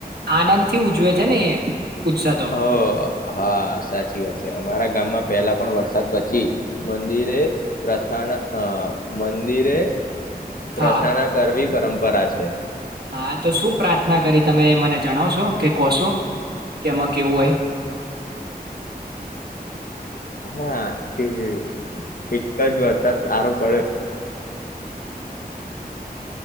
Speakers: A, on the right; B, on the left.
A: આનંદ થી ઉજવે છે ને એ. ઉત્સાહ તો
B: હ હા સાચી વાત છે અમારા ગામમાં પેલા પણ વરસાદ પછી મંદિરે પ્રથના હ મંદિરે પ્રથાના
A: હા
B: કરવી. પરંમપરા છે.
A: હા તો શું પ્રાર્થના કરી? તમે મને જણાવશો કે કહશો કે એમાં કેવું હોય?
B: હા કે એક જ વરસાદ સારો પડે